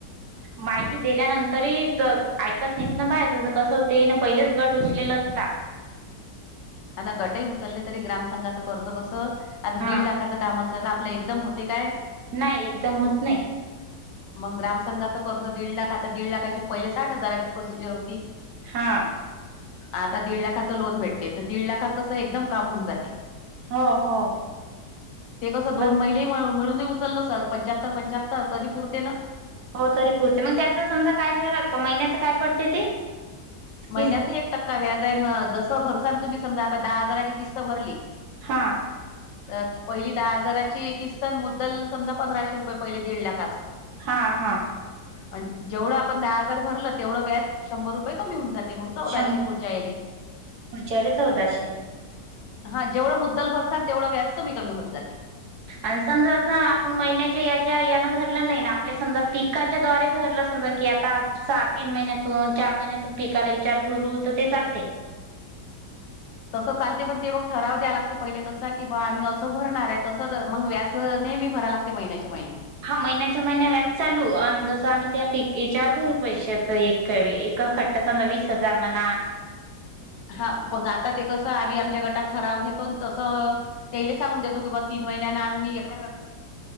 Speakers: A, on the right; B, on the left.
A: माहिती दिल्यानंतरही ऐकत नाहीत. ना बाय कसं होते? ना पहिलेच गट उचलेल असता.
B: आता गटही उचलले तरी ग्रामसंघांच कर्ज कसं आता
A: हा
B: दीड लाखाचं काम अस त्यात आपलं एकदम होते काय?
A: नाही एकदम होत नाही.
B: मग ग्रामसंघाचं कर्ज दीड लाख, आता दीड लाखाची पहिले साठ हजाराची प्रोसिजर होती.
A: हा.
B: आता दीड लाखाचा लोन भेटते. तर दीड लाखात कसं? एकदम काम होऊन जाते.
A: हो हो
B: ते कसं दोन
A: मग
B: महिले मिळूनही उचललं सर पंच्याहत्तर पंच्याहत्तर तरी पुरते न.
A: हो तरी पुरते, मग त्याच समजा काय फरक महिन्याच काय पडते ते? किस
B: महिन्याच एक टक्का व्याज आहे, मग जसं भरसान तुम्ही समजा आता दहा हजाराची किस्त भरली
A: हा.
B: तर पहिली दहा हजाराची किस्त आणि मुद्दल समजा पंधराशे रुपये पहिले दीड लाखाचं‌. ‌
A: हा हा.
B: आणि जेवढं आपण दहा हजार भरलं तेवढं व्याज शंभर रुपये कमी होऊन जाते मग. चौदाशे
A: शं
B: पुढच्या आले.
A: पुढच्या वेळी चौदाशे
B: हा जेवढं मुद्दल भरसाल तेवढं व्याज कमी कमी होत जाते.
A: आणि समजा असं आपण महिन्याच्या याच्या यान भरलं नाही ना आपले समजा पीक काच्या द्वारे भरले समजा की आता सहा तीन महिन्यातून चार महिन्यातून पिकाला विचार भरू तर ते चालते.
B: तसं चालते पण ते मग ठराव द्याव लागते पहिले तस की बा आम्ही असं भरणार आहे तस मग व्याज ह नेहमी भराय लागते महिन्याच्या महिन्या
A: हा महिन्याच्या महिन्या व्याज चालू आणि जसं आम्ही त्या पिक याच्यावर भरू पैश तर एक <unintelligible> क ए खट्टा समजा वीस हजार म्हणा
B: हा मग आता ते कसं आम्ही आमच्या गटात ठराव घेतो तसं <unintelligible> तेले सांगून देतो की बाबा तीन महिन्या आम्ही एकत <unintelligible>